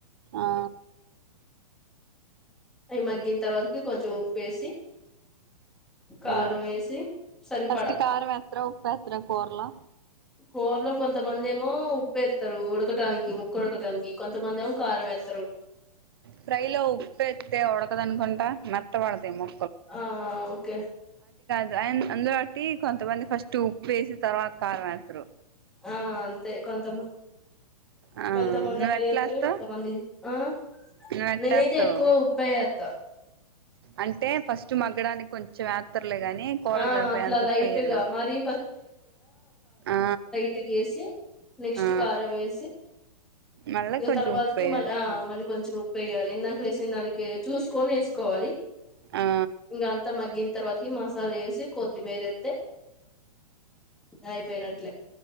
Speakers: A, on the right; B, in the centre.
A: ఆ
B: అవి మగ్గిన తర్వాతకి కొంచెం ఉప్పువేసి కారం
A: ఆ
B: వేసి సరిపడా
A: ఫస్ట్ కారం ఎత్ర ఉప్పు ఎత్ర కూర్లా
B: కూరలో కొంతమంది ఏమో ఉప్పు ఏత్తరు ఉడకటానికి ముక్కు ఉడకటానికి కొంతమంది ఏమో కారం వేత్తరు
A: ఫ్రైలో ఉప్పు వేత్తే ఉడకదనుకుంటా మెత్తబడతయి ము
B: ఆ ఓకే
A: అందుబట్టి కొంతమంది ఫస్ట్ ఉప్పు వేసి తర్వాత కారం వేత్తరు
B: ఆ అంతే కొంత
A: ఆ
B: కొంతమంది
A: నువ్వు
B: అట్లా
A: ఎట్లా
B: చేస్తారు
A: ఎత్తావ్
B: కొంతమంది ఆ
A: నువ్వు ఎట్ట
B: నేనైతే
A: ఎత్తావ్
B: ఎక్కువ ఉప్పే యేత్త
A: అంటే ఫస్ట్ మగ్గడానికి కొంచెం వేత్తర్లే గాని కూరకి
B: ఆ
A: సరిపోయేంత
B: అట్లా
A: ఉప్పు
B: లైట్
A: వేయరుగా
B: గా మరీ
A: ఆ
B: ట్ గేసి నెక్స్ట్
A: ఆ ఆ
B: కారం వేసి
A: మళ్ళా
B: ఇక
A: కొంచెం
B: తర్వాతకి
A: ఉప్పు వేసుకుంటా
B: మళ్ మళ్ళీ కొంచెం ఉప్పేయాలి ఇందాక వేసిన దానికి చూసుకొని వేసుకోవాలి
A: ఆ
B: ఇంక అంతా మగ్గిన తర్వాత కి మసాలా వేసి కొత్తిమీర ఏత్తే అయిపోయినట్లే